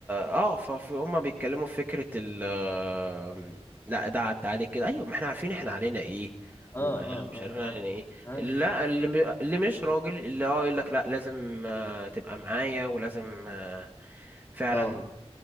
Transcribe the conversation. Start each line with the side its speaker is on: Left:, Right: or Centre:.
Right: اه فهم بيتكلموا في فكره ال آه، لا ده انت عليك كده ايوه ما احنا عارفين احنا علينا ايه
Left: اه
Right: ومش
Left: اه
Right: عارفين
Left: اه
Right: علينا ايه
Left: اه
Right: لا اللي, م- اللي مش راجل اللي اه يقول لك لا لازم آه، تبقى معايا ولازم آه، فعلا
Left: اه